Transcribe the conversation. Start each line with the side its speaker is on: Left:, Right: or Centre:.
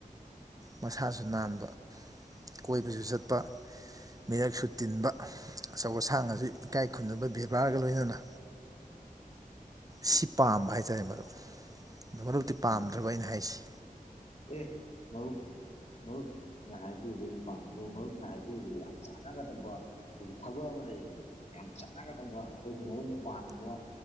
Right: ꯃꯁꯥꯁꯨ ꯅꯥꯟꯕ ꯀꯣꯏꯕꯁꯨ ꯆꯠꯄ ꯃꯤꯔꯛꯁꯨ ꯇꯤꯟꯕ ꯑꯆꯧ ꯑꯁꯥꯡꯁꯨ ꯏꯀꯥꯏ ꯈꯨꯝꯅꯕ ꯕꯦꯕꯥꯔꯒ ꯂꯣꯏꯅꯅ ꯁꯤ ꯄꯥꯝꯕ ꯍꯥꯏꯇꯥꯔꯦ ꯃꯗꯨ ꯑꯣ ꯃꯔꯨꯞꯇꯤ ꯄꯥꯝꯗ꯭ꯔꯕ
Left: ꯎꯝ
Right: ꯑꯩꯅ ꯍꯥꯏꯁꯤ
Left: ꯑꯦ ꯃꯨ ꯃꯔꯨꯞꯅ ꯍꯥꯏꯕꯤꯕꯗꯒꯤ ꯄꯥꯝꯝꯕ ꯑꯗꯨꯒ ꯃꯔꯨꯞꯅ ꯍꯥꯏꯕꯤꯔꯤꯗꯨꯒ ꯌꯥꯝ ꯆꯥꯟꯅꯒꯗꯕ ꯑꯩꯈꯣꯏꯒꯤ ꯊꯕꯛ ꯂꯩꯌꯦ ꯌꯥꯝ ꯆꯥꯟꯅꯒꯗꯕ ꯑꯩꯈꯣꯏꯒꯤ ꯃꯔꯨꯅ ꯄꯥꯝꯃꯤꯕ